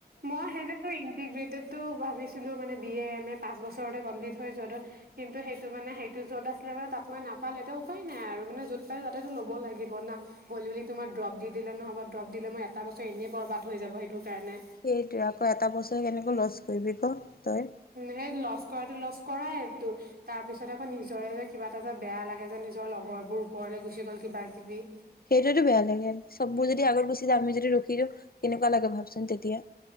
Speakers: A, on the right; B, on the left.
A: মই সেইটো টোই ইটিগ্ৰেটেডটো ভাবিছিলোঁ মানে বি এ, এম এ পাঁচ বছৰতে কমপ্লিট হৈ যোৱাটো কিন্তু সেইটো মানে সেইটো য'ত আছিলে মানে তাত মই নাপালোঁ, এতিয়া উপায় নাই আৰু মানে য'ত পাই তাতেতো ল'ব লাগিব না। হ'ল বুলি তোমাৰ ড্ৰপ দি দিলে, নহ'ব ড্ৰপ দিলে মই এটা বছৰ এনেই বৰবাদ হৈ যাব সেইটো কাৰণে।
B: সেইটোৱে আকৌ এটা বছৰে কেনেকৈ লছ কৰিবি ক তই।
A: সেই লছ কৰাটো লছ কৰাইটো তাৰপিছত আকৌ নিজৰে যে কিবা এটা যে বেয়া লাগে যে নিজৰ লগৰবোৰ ওপৰলৈ গুচি গ'ল কিবা কিবি।
B: সেইটোইতো বেয়া লাগে, চববোৰ যদি আগত গুচি যায় আমি যদি ৰখি দিওঁ কেনেকুৱা লাগে ভাবচোন তেতিয়া।